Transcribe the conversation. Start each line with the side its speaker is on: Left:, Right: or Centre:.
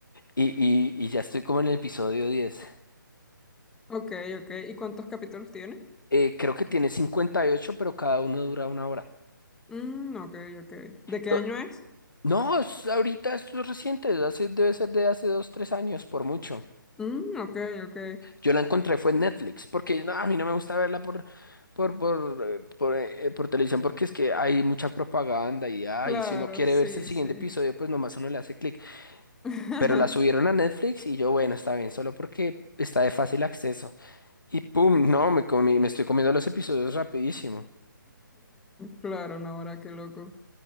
Left: Y, y, y ya estoy como en el episodio diez
Centre: Ok, ok. ¿Y cuántos capítulos tiene?
Left: Eh, creo que tiene 58, pero cada uno dura una hora.
Centre: Mm, ok, ok. ¿De qué
Left: To-
Centre: año es?
Left: No, es- ahorita esto es reciente. hace- debe ser de hace dos, tres años, por mucho.
Centre: Mm, ok, ok.
Left: Yo la encontré fue en Netflix, porque no, a mí no me gusta verla por, por, por, eh, por, eh, por televisión, porque es que hay mucha propaganda y, ah,
Centre: Claro,
Left: y si uno quiere
Centre: sí,
Left: verse el siguiente
Centre: sí.
Left: episodio, pues nomás uno le hace clic.
Centre: <laughs>
Left: Pero la subieron a Netflix y yo, bueno, está bien, solo porque está de fácil acceso. Y pum, no, me comí, me estoy comiendo los episodios rapidísimo.
Centre: Claro, Nahora, qué loco.